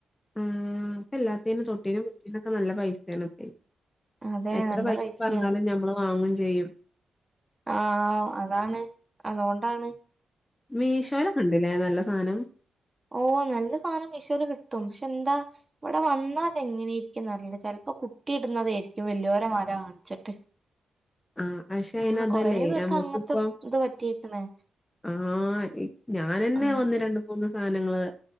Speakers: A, on the left; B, on the right.
A: ഉം ഇപ്പ എല്ലാത്തും തൊട്ടീനും പിടിച്ചീനൊക്കെ നല്ല പൈസയാണ്പ്പെ
B: അതെ
A: എത്ര
B: നല്ല
A: പൈസ
B: പൈസയാണ്
A: പറഞ്ഞാലും ഞമ്മള് വാങ്ങും ചെയ്യും.
B: ആഹ അതാണ് അതുകൊണ്ടാണ്.
A: മീഷോലൊക്കെ ഉണ്ടില്ലേ നല്ല സാധനം.
B: ഓ നല്ല സാധനം മീഷോല് കിട്ടും പക്ഷെ എന്താ ഇവിടെ വന്നാൽ എങ്ങനെയിരിക്കുംന്നറിയില്ല ചിലപ്പോ കുട്ടി ഇടുന്നതായിരിക്കും വലിയോര മല കാണിച്ചിട്ട്.
A: ആഹ് പക്ഷെ
B: ആണ്
A: അനതല്ലേ
B: കൊറേ പേർക്ക്
A: നമ്മുക്കിപ്പോ
B: അങ്ങനത്തെ ഇത് പറ്റിയേക്കണേ
A: ആഹ് ഞാനെന്നെ
B: ആഹ്
A: ഒന്ന് രണ്ട് മൂന്ന് സാധനങ്ങങ്ങള്